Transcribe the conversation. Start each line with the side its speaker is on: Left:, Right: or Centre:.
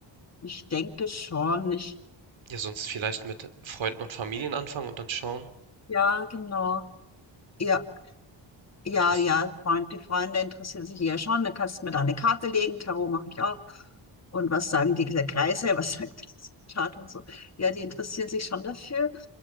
Left: ich denke schon. Ich,
Right: Ja, sonst vielleicht mit Freunden und Familien anfangen und dann schauen.
Left: ja, genau. Ja. Ja,
Right: Interessant.
Left: ja, Freund, die Freunde interessieren sich ja schon. Dann kannst du mir da eine Karte legen. Tarot mache ich auch. Und was sagen die Kreise? <laughs> Was sagt das Chart und so? Ja, die interessieren sich schon dafür.